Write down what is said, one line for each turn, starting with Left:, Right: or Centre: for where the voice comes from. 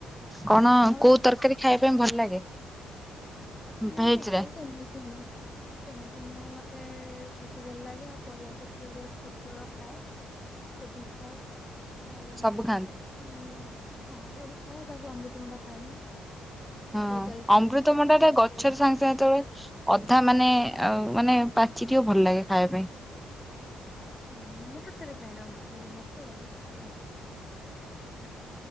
Centre: କଣ
Left: ତମର?
Centre: କୋଉ ତରକାରୀ ଖାଇବା ପାଇଁ ଭଲ ଲାଗେ?
Left: ହୁଁ
Centre: ଭେଜ
Left: ମତେ
Centre: ରେ
Left: ସେମିତିିନୁହୁଁ ସେମିତିିନୁହୁଁ ମ ମତେ ଛତୁ ଭଲ ଲାଗେ ଆଉ ପରିବା ପତ୍ର ରେ ପୋଟଳ ଖାଏ କୋବି ଖାଏ ଆଉ
Centre: ସବୁ ଖାଆନ୍ତି
Left: ହଁ ସବୁ ଖାଏ ବାକି ଅମୃତ ଭଣ୍ଡା ଖାଏନି।
Centre: ହଁ
Left: ବୋଇତାଳୁ ଖାଏନି
Centre: ଅମୃତ ଭଣ୍ଡା ଟା ଗଛରୁ
Left: ଏଇ
Centre: ସାଙ୍ଗେ ସାଙ୍ଗେ ତୋଳେ ଅଧା ମାନେ ଆ ମାନେ ପାଚିଟି ଭଲ ଲାଗେ ଖାଇବା ପାଇଁ।
Left: ହଁ ମୁଁ ଟୋଟାଲ ଖାୟେନି ଅମୃତ ଭଣ୍ଡା ମତେ ଭଲ ଲାଗେନି ହଁ।